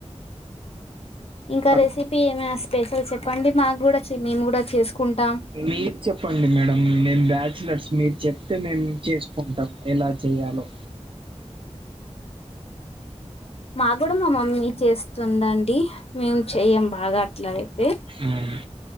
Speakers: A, on the left; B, on the right.
A: ఇంకా
B: కడుపు
A: రెసిపీ ఏమైనా స్పెషల్ చెప్పండి మాకు కూడా చే- మేము కూడా చేసుకుంటాం
B: మీరు చెప్పండి మేడం మేం బ్యాచలర్స్ మీరు చెప్తే మేము చేసుకుంటాము ఎలా చేయాలో
A: మా కూడా మా మమ్మీ చేస్తుండండి మేము చెయ్యం బాగా అట్లా అయితే
B: అవును.